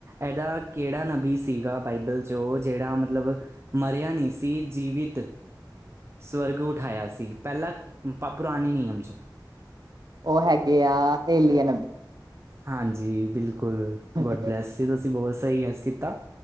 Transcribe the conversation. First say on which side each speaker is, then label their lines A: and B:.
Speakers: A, on the right; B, on the right.
A: ਏਦਾ ਕੇੜਾ ਨਬੀ ਸੀਗਾ ਬਾਈਬਲ ਜੋ ਜੇੜਾ ਮਤਲਬ ਮਰਿਆ ਨੀ ਸੀ ਜੀਵਿਤ ਸਵਰਗ ਉਠਾਇਆ ਸੀ। ਪੈਲਾ ਪਾ ਪੁਰਾਣੇ ਨਿਯਮ ਚ।
B: ਓ ਹੈਗੇ ਆ ਏਲੀਅਨ।
A: ਹਾਂਜੀ, ਬਿਲਕੁਲ।
B: ਅਬੀ
A: ਗੋਡ ਬਲੈਸ ਯੂ। ਤੁਸੀ ਬੋਤ ਸਈ ਗੈੱਸ ਕੀਤਾ।